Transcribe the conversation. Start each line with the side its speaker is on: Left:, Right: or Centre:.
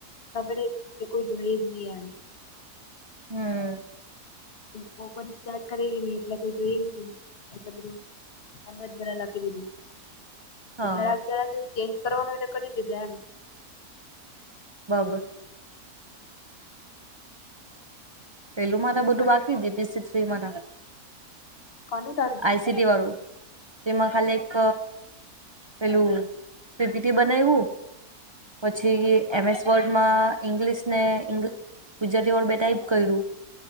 Left: કબડે કે કોઈ જોઈ એમ.
Right: હમ.
Left: તો કોઈ ચારક કરે ગ નહી એટલે કોઈ જોઈ નહી એટલે બધું આ જ ભરા લખી દીધું
Right: હા
Left: જરાક જરાક એવું ચેન્જ કરવાનું હોય તો કરી દીધું એમ.
Right: બાબર. પેલું
Left: એમ
Right: માં તો બધું બાકી જીસી થ્રીમાં.
Left: કનું તારું.
Right: આઈસીટી વાળુ. તેમાં ખાલી એક પેલું ટીપીટી બનાવવું. પછી એમએસ વર્ડમાં ઇંગ્લિશ ને ઇ ગુજરાતીબે ટાઈપ કર્યું.